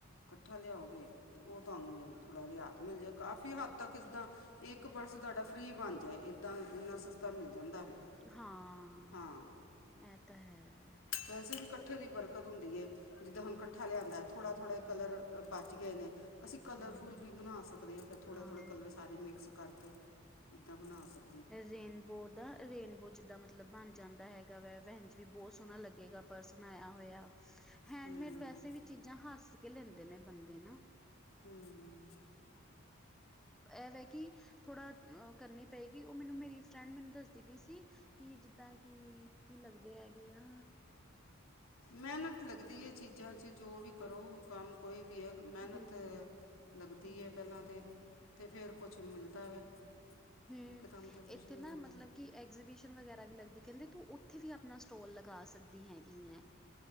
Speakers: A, on the left (about 80°); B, in the centre.
A: ਕੱਠਾ ਲਿਆਓਗੇ। ਓ ਤੁਹਾਨੂੰ ਥੋੜ੍ਹਾ ਰਿਆਤ ਮਿਲ ਜੇ, ਕਾਫ਼ੀ ਹੱਦ ਤੱਕ ਜਿੱਦਾਂ ਇੱਕ ਪਰਸ ਤੁਆਡਾ ਫ੍ਰੀ ਬਨ ਜਾਏ ਇੱਦਾਂ ਇੰਨਾ ਸਸਤਾ ਮਿਲ ਜਾਂਦਾ ਵੇ।
B: ਹਾਂ,
A: ਹਾਂ
B: ਐ ਤਾਂ ਹੈ।
A: ਵੈਸੇ ਵੀ ਕੱਠੇ ਦੀ ਬਰਕਤ ਹੁੰਦੀ ਏ ਜਿੱਦਾਂ ਹੁਨ ਕੱਠਾ ਲਿਆਂਦੈ ਥੋੜਾ- ਥੋੜੇ
B: ਹੂੰ
A: ਕਲਰ ਬਚ ਗਏ ਨੇਂ, ਅਸੀਂ ਕਲਰਫੁੱਲ
B: ਹੂੰ
A: ਵੀ ਬਨਾ ਸਕਦੇ ਆਂ ਫਿਰ ਥੋੜੇ-ਥੋੜੇ
B: ਹਾਂ
A: ਕਲਰ ਸਾਰੇ ਮਿਕਸ ਕਰਕੇ ਏਦਾਂ ਬਨਾ ਸਕ
B: ਰੇਨਬੋਅ ਦਾ ਰੇਨਬੋਅ ਜਿੱਦਾਂ ਮਤਲਬ ਬਨ ਜਾਂਦਾ ਹੈਗਾ ਵੈ, ਵੈੰਜ ਵੀ ਬੋਤ ਸੋਣਾ ਲੱਗੇਗਾ। ਪਰਸ ਬਨਾਯਾ ਹੋਇਆ। ਹੈਂਡਮੇਡ
A: ਹੂੰ
B: ਵੈਸੇ ਵੀ ਚੀਜਾਂ ਹੰਸ ਕੇ ਲੈਂਦੇ ਨੇ ਬੰਦੇ ਨਾ।
A: ਹੂੰ।
B: ਐ ਵੇੈ ਕਿ ਥੋੜਾ ਅ ਕਰਨੀ ਪਏਗੀ। ਓ ਮੈਨੂੰ ਮੇਰੀ ਫਰੈਂਡ ਮੈਨੂੰ ਦੱਸਦੀ ਪਈ ਸੀ। ਕੀ ਜਿੱਦਾਂ ਕੀ, ਕੀ ਲੱਗਦੇ ਹੈਗੇ ਆ?
A: ਮੈਹਨਤ ਲੱਗਦੀ ਏ ਚੀਜਾਂ 'ਚ ਜੋ ਵੀ ਕਰੋ ਕੰਮ। ਕੋਈ ਵੀ ਐ ਇੱਕ ਮੈਨਤ
B: ਹੂੰ
A: ਲੱਗਦੀ
B: ਹੂੰ
A: ਐ ਪੈਲਾਂ ਤੇ। ਤੇ ਫਿਰ ਕੁਛ ਮਿਲਦਾ ਵੇ।
B: ਹੂੰ,
A: ਇਕਦਮ ਤਾਂ ਕੁਛ
B: ਏਥੇ
A: ਨਹੀਂ
B: ਨਾ
A: ਮਿਲਦਾ
B: ਮਤਲਬ ਕਿ ਐਗਜ਼ੀਬੀਸ਼ਨ ਵਗੈਰਾ ਵੀ ਲੱਗਦੀ ਕੈਂਦੇ ਤੂੰ ਓਥੇ ਵੀ ਅਪਨਾ ਸਟੋਲ ਲਗਾ ਸਕਦੀ ਹੈਗੀ ਐ